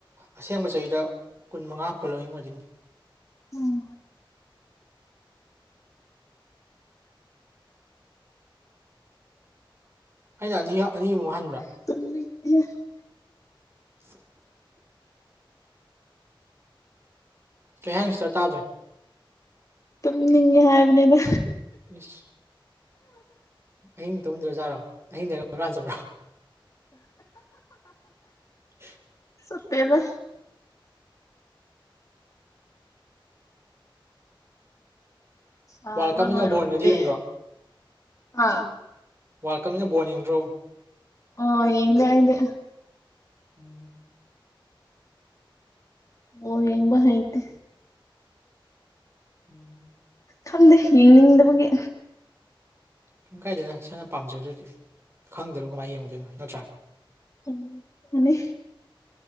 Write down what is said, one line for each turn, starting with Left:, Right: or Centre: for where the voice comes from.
Right: ꯑꯁꯦꯡꯕ ꯆꯍꯤꯗ ꯀꯨꯟ ꯃꯉꯥ ꯐꯣꯂꯣꯋꯤꯡ ꯑꯣꯏꯗꯣꯏꯅꯤ
Left: ꯎꯝ
Right: ꯑꯩꯅ ꯑꯅꯤ ꯑꯅꯤꯃꯨꯛ ꯍꯟꯕ꯭ꯔꯥ
Left: <unintelligible>
Right: <unintelligible> ꯀꯩ ꯍꯥꯏꯅꯣ ꯁꯤꯁꯇꯔ ꯇꯥ꯭ꯗꯔꯦ
Left: ꯇꯨꯝꯅꯤꯡꯉꯦ <unintelligible> ꯍꯥꯏꯕꯅꯤꯗ
Right: ꯏꯁ ꯑꯍꯤꯡ ꯇꯨꯝꯗ꯭ꯔ ꯖꯥꯔꯣ ꯑꯍꯤꯡꯗꯒ ꯍꯨꯔꯥꯟ ꯆꯠꯄ꯭ꯔꯣ <unintelligible>
Left: ꯆꯠꯇꯦꯗ ꯁꯥꯕ꯭ꯔꯣ
Right: ꯋꯥꯔꯜ ꯀꯞꯅꯤꯅ
Left: ꯅꯣꯏꯔꯣꯝꯗꯤ
Right: ꯕꯣꯟꯒꯗꯤ ꯌꯦꯡꯗ꯭ꯔꯣ
Left: ꯑꯥ
Right: ꯋꯥꯔꯜ ꯀꯞꯅꯤꯅ ꯕꯣꯟ ꯌꯦꯡꯗ꯭ꯔꯣ
Left: ꯑꯣ ꯌꯦꯡꯗꯦ ꯑꯩꯗꯤ
Right: ꯎꯝ
Left: ꯕꯣꯜ ꯌꯦꯡꯕ ꯍꯩꯇꯦ
Right: ꯎꯝ
Left: ꯈꯪꯗꯦ ꯌꯦꯡꯅꯤꯡꯗꯕꯒꯤ
Right: ꯄꯨꯡ ꯀꯥꯏꯗꯦꯗ ꯏꯁꯥꯅ ꯄꯥꯝꯖꯗ꯭ꯔꯗꯤ ꯈꯪꯗ꯭ꯔꯒꯕꯣ ꯀꯃꯥꯏꯅ ꯌꯦꯡꯉꯨꯗꯣꯏꯅꯣ ꯅꯠꯇ꯭꯭ꯔꯥ
Left: ꯎ ꯃꯅꯤ